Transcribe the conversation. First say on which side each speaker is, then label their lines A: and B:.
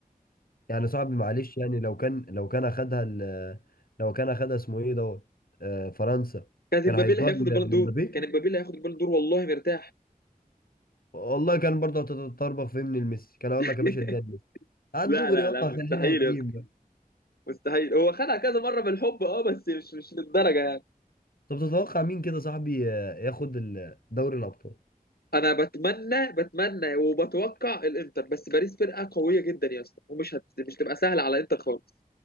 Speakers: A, on the left; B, on the left.
A: يعني صاحبي معلش يعني لو كان لو كان اخدها ال- لو كان اخدها اسمه ايه دوت آه، فرنسا
B: كانت
A: كان
B: امبابي
A: هيدوها
B: اللي هياخد
A: ل-
B: البالون دور
A: لمبابي
B: كان امبابي اللي هياخد البالون دور والله مرتاح
A: والله كان برضه هتتطربخ في من الميسي كان هقول
B: <laughs>
A: لك يا باشا اديها لميسي على
B: لا
A: الدغري
B: لا
A: اه
B: لا مستحيل
A: خلينا واضحين
B: يا اسطى
A: بقى
B: مستحيل هو خدها كذا مره بالحب اه بس مش مش للدرجه يعني
A: طب تتوقع مين كده صاحبي آه، ياخد ال- دوري الابطال
B: انا بتمنى بتمنى وبتوقع الانتر بس باريس فرقه قويه جدا يا اسطى ومش هت... مش تبقى سهله على انتر خالص